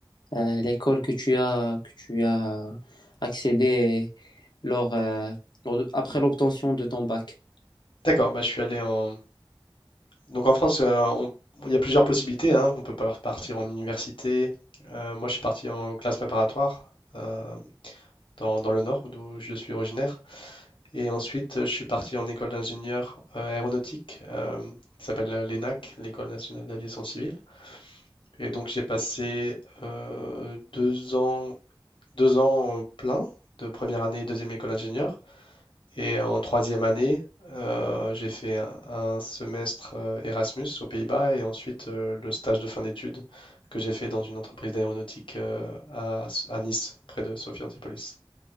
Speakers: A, on the left (about 55°); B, on the left (about 75°).
A: euh, l'école que tu as que tu as accédé lors, euh, lors de- après l'obtention de ton bac.
B: D'accord, bah, je suis allé en... Donc en France, euh, on- il y a plusieurs possibilités. hein. On peut par- partir en université. Euh, moi, je suis parti en classe préparatoire euh, dans, dans le nord, d'où je suis originaire. Et ensuite, euh, je suis parti en école d'ingénieur euh, aéronautique, euh, qui s'appelle euh, l'ENAC, l'École nationale d'aviation civile. Et donc, j'ai passé euh, deux ans, deux ans euh, plein de première année et deuxième école d'ingénieur. Et en troisième année, euh, j'ai fait un, un semestre euh, Erasmus aux Pays-Bas et ensuite euh, le stage de fin d'études que j'ai fait dans une entreprise d'aéronautique euh, à, à Nice, près de Sophia Antipolis.